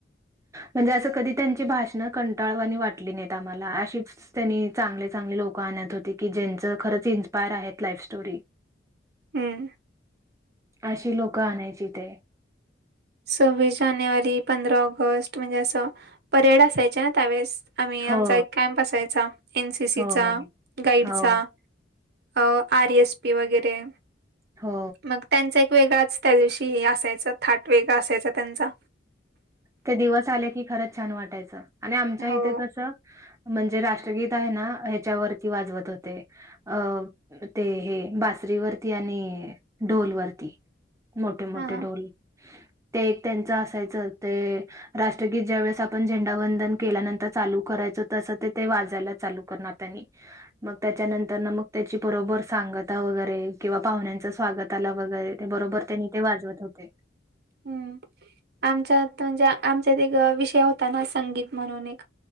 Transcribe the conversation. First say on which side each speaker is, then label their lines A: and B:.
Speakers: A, on the right; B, on the right.
A: म्हणजे असं कधी त्यांची भाषण कंटाळवानी वाटली नाही आम्हाला अशीच त्यांनी चांगले-चांगले लोक आणत होते की ज्यांचं खरंच इन्स्पायर आहेत लाईफ स्टोरी.
B: हम्.
A: अशी लोकं आणायची ते.
B: सव्वीस जानेवारी, पंधरा ऑगस्ट म्हणजे असं परेड असायच ना त्यावेळेस. आम्ही आमचा
A: हो,
B: एक कॅम्प असायचा एनसीसीचा
A: हो,
B: गाईडचा.
A: हो,
B: अ आर. एस. पी. वगैरे.
A: हो.
B: मग त्यांचा एक वेगळाच त्या दिवशी हे असायच थाट वेगळा असायचा त्यांचा.
A: ते दिवस आले की खरंच छान वाटायचं आणि आमच्या
B: हो.
A: इथं कस म्हणजे राष्ट्रगीत आहे ना ह्याच्यावरती वाजवत होते अ ते हे बासरीवरती आणि ढोलवरती. मोठे-मोठे
B: हां, हां.
A: ढोले ते एक त्यांच असायचं ते. राष्ट्रगीत ज्या वेळेस आपण झेंडावंदन केल्यानंतर चालू करायचो तसं ते ते वाजायला चालू करणार त्यांनी. मग त्याच्यानंतर मग त्याची बरोबर सांगता वगैरे किंवा पाहुण्यांच स्वागत ला वगैरे ते बरोबर त्यांनी ते वाजवत होते.
B: हम्म, आमच्या म्हणजे आमच्यात एक विषय होता ना संगीत म्हणून एक.